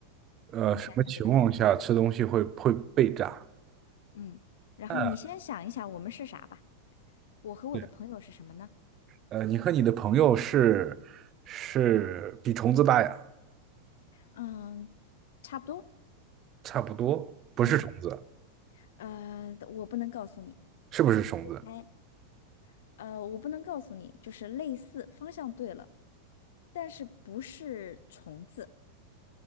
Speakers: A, on the right; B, on the left.
A: 呃，
B: 你想想这个方向，
A: 什么情况下吃东西会会被炸？
B: 嗯，然后你先想一想我们是啥吧，
A: 嗯，
B: 我和我的朋友是什么呢？
A: 对，呃，你和你的朋友是是比虫子大呀，
B: 嗯，差不多，
A: 差不多，不是虫子，
B: 嗯，呃，我不能告诉你，
A: 是不是虫子？
B: 哎，呃，我不能告诉你，就是类似，方向对了。但是不是虫子